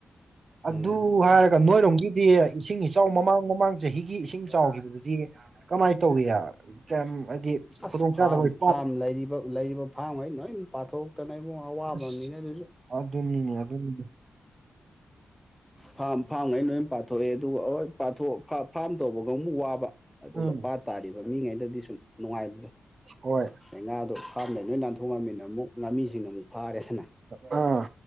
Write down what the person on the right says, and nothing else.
ꯑꯗꯨ ꯍꯥꯏꯔꯒ ꯅꯣꯏꯔꯣꯝꯒꯤꯗꯤ ꯏꯁꯤꯡ ꯏꯆꯥꯎ ꯃꯃꯥꯡ ꯃꯃꯥꯡ ꯆꯍꯤꯒꯤ ꯏꯁꯤꯡ ꯆꯥꯎꯒꯤꯕ ꯗꯨꯗꯤ ꯀꯃꯥꯏ ꯇꯧꯌꯤ ꯀꯌꯥꯝ ꯍꯥꯏꯗꯤ
ꯈꯨꯗꯣꯡꯆꯥꯥꯗꯕ
ꯄꯥꯠ
ꯑꯁ
ꯑꯗꯨꯅꯤꯅꯦ ꯑꯗꯨꯅꯤ
ꯎꯝ
ꯍꯣꯏ
ꯑꯥ